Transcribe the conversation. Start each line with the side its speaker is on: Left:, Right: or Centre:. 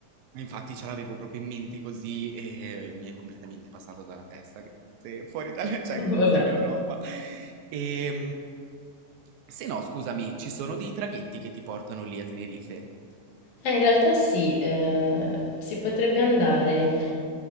Right: Infatti ce l'avevo proprio in mente così e mi è completamente passato dalla testa che fosse fuori dalla, <laughs> cioè
Left: <laughs>
Right: che fosse in
Left: Vabbè.
Right: Europa. E, se no, scusami, ci sono dei traghetti che ti portano lì a Tenerife,
Left: Eh, in realtà sì, eh, si potrebbe andare